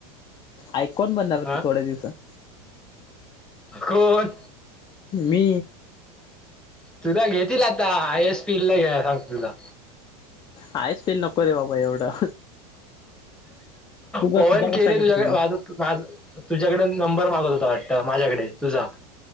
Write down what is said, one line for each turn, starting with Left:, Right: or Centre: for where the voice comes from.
Left: आयकॉन बनणार
Centre: हा
Left: तू थोड्या दिवसात
Centre: कोण?
Left: मी
Centre: तुला घेतील आता आय. एस. पी. ला घ्या सांगत तुला
Left: आय. एस. पील नको. नको रे बाबा एवढं तू
Centre: पवन
Left: बस तुझ्या
Centre: केने
Left: कसा घेतलं
Centre: तुझ्याकडे
Left: म्हटलं
Centre: माझं माझ तुझ्याकडे नंबर मागत होता वाटत माझ्याकडे तुझा